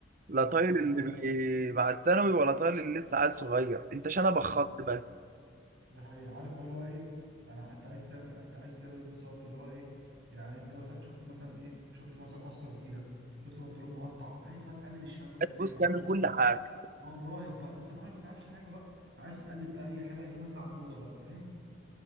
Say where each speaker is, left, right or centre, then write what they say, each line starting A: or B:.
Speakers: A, on the right; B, on the right.
A: بالظبط
B: لا طايل اللي
A: عايز
B: بي... مع الثانوي ولا طايل اللي لسه عيل صغير انت شنبك
A: بالظبط
B: خط بس
A: ده حقيقي عارف بقى اللي هو ايه انا انت عايز تعمل انت عايز تعمل ايه بالظبط اللي هو ايه يعني انت مثلا شفت مثلا ايه شفت مثلا قصه جديده شفت بنطلون مقطع عايز بقى تقلد الشباب باي طريقه
B: بص
A: بقى
B: تعمل
A: عايز ايه
B: كل حاجة
A: هو مراهق بقى لسه مراهق ما تعرفش حاجه بقى فعايز تقلد بقى اي حاجه ايه نازله على الموضه بقى فاهم